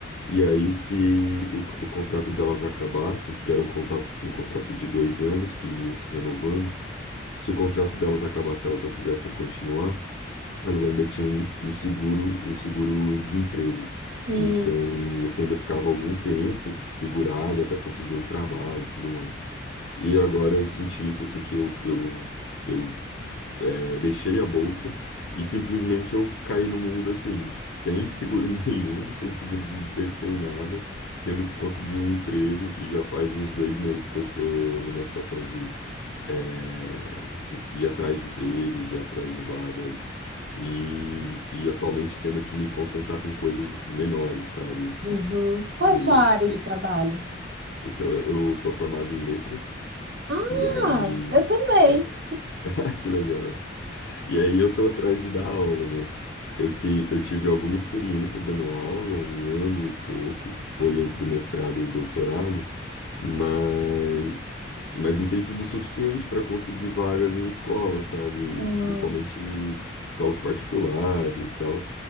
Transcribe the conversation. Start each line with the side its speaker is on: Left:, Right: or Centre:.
Left: e aí, se o, o contrato delas acabasse, porque era um contrato, um contrato de dois anos que ia se renovando, se o contrato delas acabasse e elas não quisessem continuar, elas ainda tinham um, um seguro, um seguro-desemprego.
Right: sim.
Left: Então, você ainda ficava algum tempo segurado até conseguir um trabalho e tudo mais. E agora eu senti isso, assim, que eu, eu, eu é, Deixei a bolsa e simplesmente eu caí no mundo assim, sem seguro <laughs> nenhum, sem seguro-desemprego, sem nada, tendo que conseguir um emprego e já faz uns dois meses que eu tô numa situação de, é, de ir atrás de emprego, de ir atrás de vagas e, e atualmente tendo que me contentar com coisas menores, sabe?
Right: Uhum. Qual
Left: Pô,
Right: é a sua
Left: eu,
Right: área
Left: tipo,
Right: de trabalho?
Left: então eu eu sou formado em letras
Right: Ah,
Left: e aí...
Right: eu também.
Left: é, <laughs> que legal. E aí eu tô atrás de dar aula, né? Eu, ti- eu tive alguma experiência dando aula, um ano e pouco, que foi entre o mestrado e o doutorado, mas, mas não tem sido suficiente para conseguir vagas em escolas, sabe?
Right: Hum,
Left: Principalmente escolas particulares e tal.